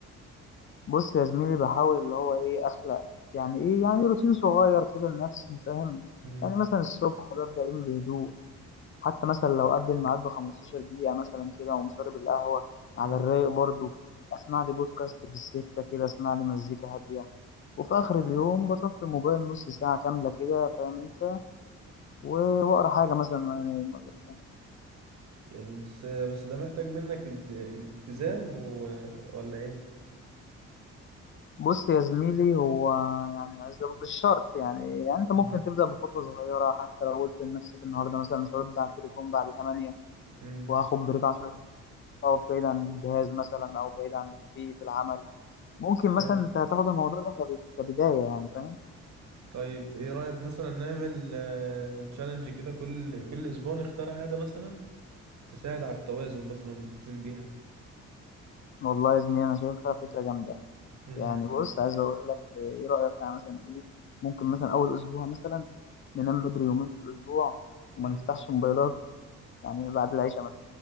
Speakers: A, on the left; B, on the right.
A: بص يا زميلي بحاول اللي هو ايه اخلق يعني ايه يعني روتين صغير كده لنفسي فاهم
B: امم
A: يعني مثلا الصبح ببدأ يومي بهدوء حتى مثلا لو قبل الميعاد ب 15 دقيقة مثلا كده وأقوم شارب القهوة على
B: آه.
A: الرايق برضو اسمع لي بودكاست في السكة كده اسمع لي مزيكا هادية وفي آخر اليوم بطفي الموبايل نص ساعة كاملة كده فاهم انت و- وأقرأ حاجة مثلا وأنا نايم ولا بتاع.
B: يعني بس بس ده محتاج منك الت- التزام و... ولا ايه
A: بص يا زميلي هو يعني عايز أقول مش شرط يعني يعني انت
B: امم
A: ممكن تبدا بخطوه صغيره حتى لو قلت لنفسك النهارده مثلا مش هرد على التليفون بعد 8
B: امم
A: وهاخد بريك 10 دقايق بعيد عن الجهاز مثلا او بعيد عن بيئه العمل ممكن
B: فاهم
A: مثلا انت هتاخد الموضوع ده كب- كبدايه يعني فاهم
B: طيب ايه رأيك مثلا نعمل تشالنج كده كل كل اسبوع نختار عادة مثلا تساعد على التوازن مثلا ونلتزم بيها
A: والله يا زميلي انا شايفها فكره جامده
B: امم
A: يعني بص عايز اقول لك ايه إيه رايك يعني مثلا ايه ممكن مثلا اول اسبوع مثلا ننام بدري يومين في الاسبوع وما
B: امم
A: نفتحش موبايلات يعني بعد العشاء